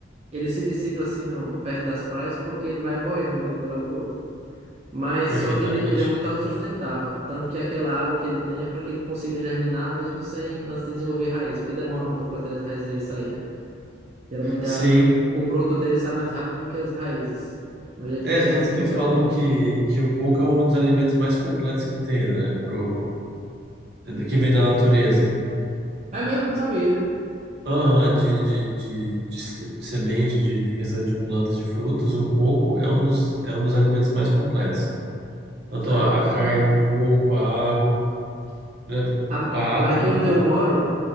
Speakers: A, on the right; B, on the right.
A: ele se dissipa assim no, perto das praias, porque ele vai boiando de um lugar para outro. Mas
B: perfeitamente.
A: só que ele, ele é muito autossustentável, tanto que aquela água que ele tem é para que ele consiga germinar mesmo sem antes de desenvolver raiz, porque demora um pouco até as raízes dele sair, né? Geralmente
B: Sim.
A: a, o broto dele sai mais rápido do que as raízes, mas ele
B: É,
A: consegue
B: tanto
A: se desenvolver
B: que falam
A: bem.
B: que, que o coco é um dos alimentos mais completos que tem, né? Pro, que vem da natureza.
A: É mesmo, não sabia.
B: Aham, de, de, de, de, se- de semente, de, de questão de plantas, de frutos, o coco é um dos, é um dos alimentos mais completos. Tanto
A: Que legal,
B: a,
A: não
B: a
A: sabia
B: carne
A: não.
B: do coco, a água, né?
A: A-
B: A água
A: aqui
B: do
A: onde
B: coco.
A: eu moro,